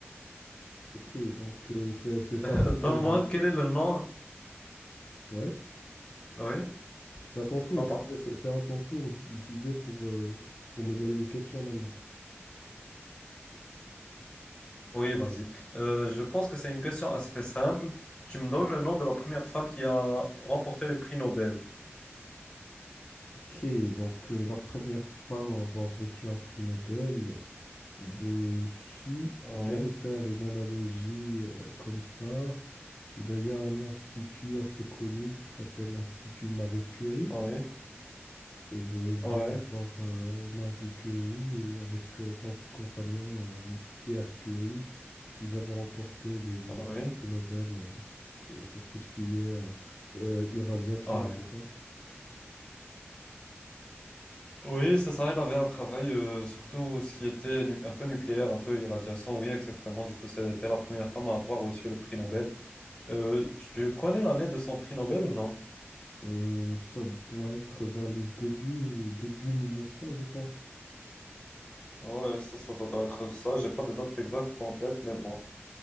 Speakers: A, on the left (about 50°); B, on the left (about 20°).
A: Ok, donc euh, c'est c'est-
B: <laughs>
A: c'est
B: donne-moi
A: à ton tour. de
B: quel est le nom.
A: Ouais,
B: Oui,
A: c'est à ton
B: je
A: tour,
B: t'entends.
A: je disais, c'est c'est à ton tour, je disais, pour, euh, pour me donner une question maintenant.
B: Oui, vas-y. Euh, je pense que c'est une question assez simple. Tu me donnes le nom de la première femme qui a remporté le prix Nobel.
A: Ok, donc euh, la première femme à avoir reçu un prix Nobel, Ben, si
B: Oui,
A: j'allais faire une analogie euh, comme ça, ben, il y a un institut assez connu qui s'appelle l'Institut Marie Curie.
B: oui,
A: Euh, ben, il
B: oui,
A: doit y avoir euh, Marie Curie et avec euh, son compagnon euh, Pierre Curie. Ils avaient remporté des, des-
B: oui,
A: un prix Nobel euh, euh, sur tout ce qui est euh, euh, irradiation,
B: oui.
A: c'est ça?
B: Oui, c'est ça, il avait un travail, euh, surtout ce qui était nu- un peu nucléaire, un peu irradiation, oui, exactement. Du coup, c'était la première femme à avoir reçu le prix Nobel. Euh, tu connais l'année de son prix Nobel ou non?
A: Euh, ça doit être vers les débuts, début 1900, je pense.
B: Oui, ça, ça, ça doit être ça. J'ai pas de date exacte en tête, mais bon.